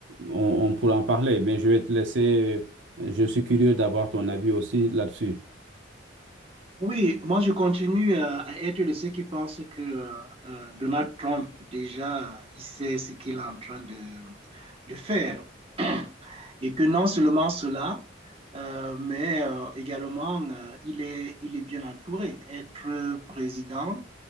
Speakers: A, on the right (about 75°); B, on the right (about 30°).
A: on, on pourra en parler, mais je vais te laisser. Je suis curieux d'avoir ton avis aussi là-dessus.
B: Oui, moi je continue à, à être de ceux qui pensent que euh, euh, Donald Trump, déjà, il sait ce qu'il est en train de, de faire. <clears throat> Et que non seulement cela, euh, mais euh, également, euh, il est, il est bien entouré. Être président,